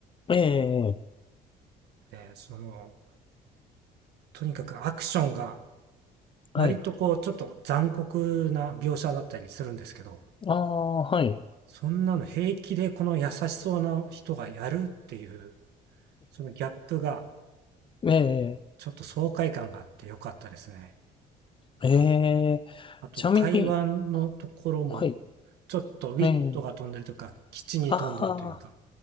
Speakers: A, on the left; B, on the right.
A: ええ。
B: で、その、とにかくアクションが、
A: はい。
B: 割とこう、ちょっと残酷な描写だったりするんですけど、
A: ああ、はい。
B: そんなの平気でこの優しそうな人がやるっていう、そのギャップが
A: ええ。
B: ちょっと爽快感があって良かったですね。
A: ええ。
B: あと会話のところも、
A: ちなみに、はい。
B: ちょっとウィットが飛んでるとか、
A: ええ。
B: 基地に飛んでるというか、
A: あ